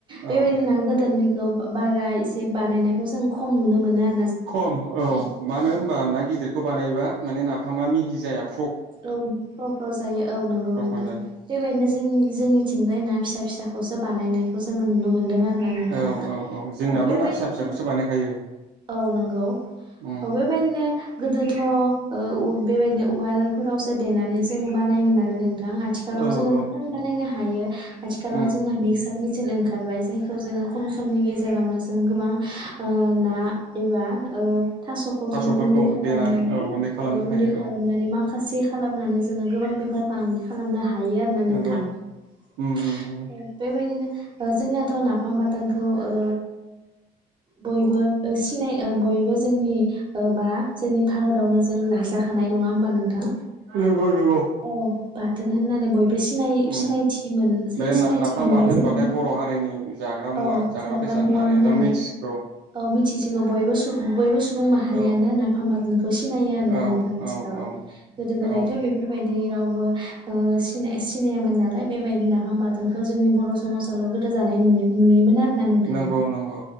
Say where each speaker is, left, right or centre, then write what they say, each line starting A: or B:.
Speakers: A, on the right; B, on the right.
A: बेबायदि
B: औ
A: ना गोदोरनि खौ बारा एसे बानायनायखौ जों खम नुनो मोनो आरो
B: खम औ मानो होनबा ना गिदिरखौ बानायबा माने नाफाम थामामि हिजायाब
A: औ फ्र' फ्र' जायो औ नंगौ
B: फ्र
A: नोंथां
B: फ्र जायो
A: बेबायदिनो जोंनि जोंनिथिंजाय ना फिसा फिसा खौसो बानायनायखौ जोङो नुनो मोन्दों आरो नोंथां
B: औ औ जोंनाबो
A: औ बेबायदिनो
B: ना फिसा फिसाखौसो बानायखायो
A: औ नंगौ औ
B: उम
A: बेबायदिनो गोदोथ' ओ उ बेबायदिनो उवाल फोरावसो देनानै जों बानायोमोन आरो नों नोंथां आथिखालाव
B: औ
A: जोंङो
B: औ
A: गोबां बानायनो हायो हायो आथिखालाव
B: उम
A: जों मिक्सार बांसिन ओंखारबाय जायखौ जोङो खम समनि गेजेरावनो जों गोबां ना एबा ओ थास'खौ
B: थास'फोरखौ
A: जोङो गुन्दै खालामनानै
B: देनानै गुन्दै खालामनो
A: औ गुन्दै
B: हायो
A: खालामनानै
B: औ
A: मा खासे खालामनानै जोङो गोबां बेफार फालांगि खालामनो हा हायो आरोना
B: नंगौ
A: नोंथां ।
B: उम उम नंगौ
A: बेबायदिनो ओ जोंनाथ' नाफाम बाथोनखौ ओ बयबो ओ सिनाय ओ बयबो जोंनि ओ बा जोंनि भारतावनो जों लाजाखानाय नङा होमबा नों थां
B: नंगौ नंगौ
A: <unintelligible> बाथोन होननानै बय बो सिनाय
B: उम
A: सिनायथि मोन जोन
B: बे
A: सिनायथि
B: ना नाफाम
A: मोनबाय
B: बाथोन होनबाथाय
A: जोङो।
B: बर' हारिनि जाग्रा मुवा
A: औ जाग्रा
B: बेसाद
A: मुवा होननानै
B: दा मिथिगौ
A: औ मिथिसिगौ बयबो बयबो सुबुं माहारियानो
B: औ
A: नाफाम बाखोनखौ सिनायो आरो
B: औ
A: ना नोंथां आथिखालाव
B: औ
A: । गोदो गोदायथ'
B: औ
A: बेफोरबायदि रावबो ओ सिनाय सिनाययामोन नालाय बेबायदि नाफाम बाथोनखौ जोंनि बर' समाज आवल' गोदो जानाय नुयो नुयोमोन आरो । ना नोंथां?
B: नंगौ नंगौ